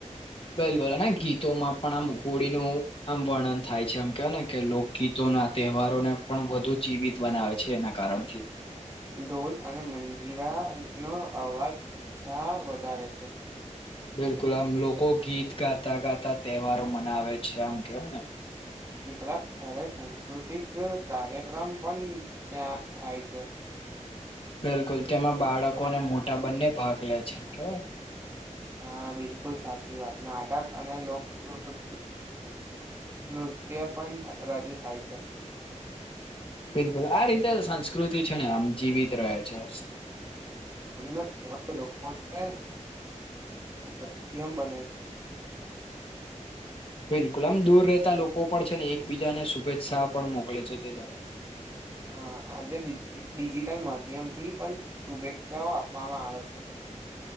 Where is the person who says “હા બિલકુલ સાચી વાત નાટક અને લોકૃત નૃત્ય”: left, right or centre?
Right